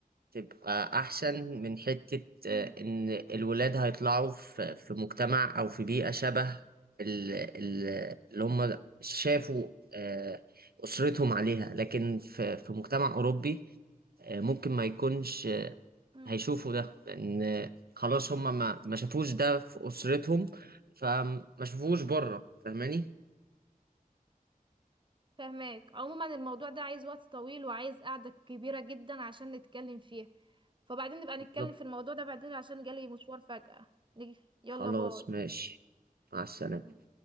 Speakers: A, on the right; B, on the right.
A: تبقى أحسن من حتة آه،
B: مم.
A: إن الولاد هيطلعوا في في مجتمع أو في بيئة شبه ال- ال- اللي هم شافوا آه، أسرتهم عليها لكن في في مجتمع أوروبي آه، ممكن ما يكونش
B: مم.
A: هيشوفوا ده لان خلاص هم ما ما شافوش ده في اسرتهم فما شافوش بره فاهماني
B: فهماك عموما الموضوع ده عايز وقت طويل وعايز قعدة كبيرة جدا عشان نتكلم فيها فبعدين نبقى
A: بالظبط
B: نتكلم في الموضوع ده بعدين عشان جالي مشوار فجأة نيجي يلا
A: خلاص
B: باي
A: ماشي مع السلامة
B: مم.